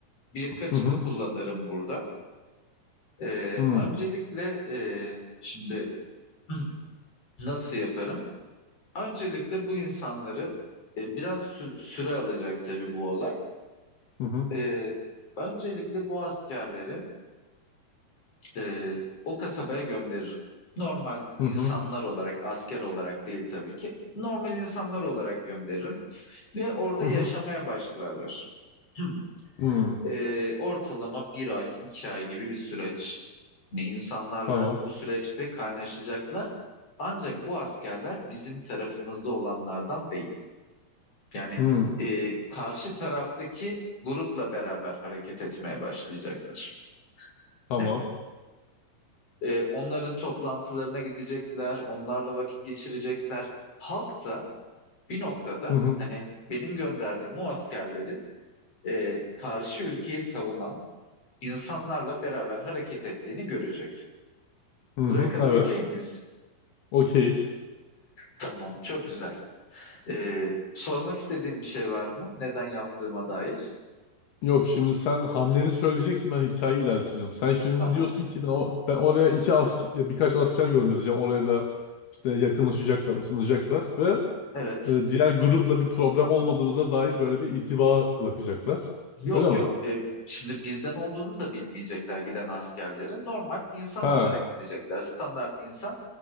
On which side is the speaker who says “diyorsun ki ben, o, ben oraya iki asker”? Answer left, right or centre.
Left